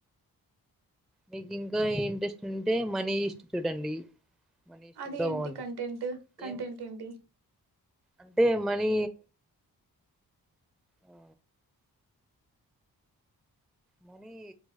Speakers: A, in the centre; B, on the right.
A: మీకు ఇంకా ఇంట్రెస్ట్ ఉంటే మనీ ఇస్ట్ చూడండి మనీ ఈస్ట్
B: అది
A: కూడా
B: ఏంటి
A: బాగుంటది
B: కంటెంట్ కంటెంట్
A: ఏం
B: ఏంటి
A: అంటే మనీ ఆ మనీ